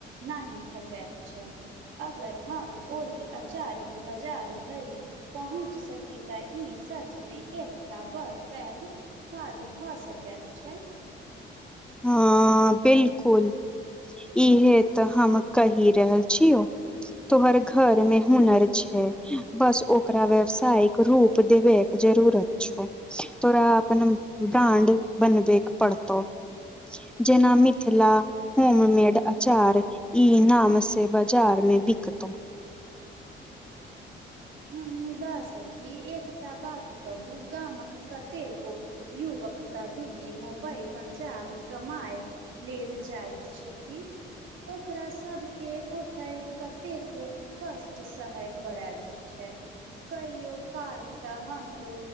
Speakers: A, on the right (about 80°); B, in the centre.
A: ना ही थकैत छै अगर हम ओहि अचार के बाजार धरि पहुँच सकी तऽ ई सच मे एकटा बड़ पैघ काज भए सकैत छै
B: हँ बिलकुल इहे तऽ हम कहि रहल छियौ तोहर घर मे हुनर छै बस ओकरा व्यावसायिक रूप देबे जरूरत छौ तोरा अपनन ब्रांड बनबैक पड़तौ जेना मिथिला होम मेड अचार इ नाम से बाजार मे बिकतौ
A: <inaudible> हम मुदा सखी एकटा बात कहू गामक कतेक युवक दिल्ली मुम्बई पंजाब कमाय लेल जाइत छथिन ओकरा सब केँ ओते कतेको कष्ट सहे पड़त छै कहियो काल तऽ हमरो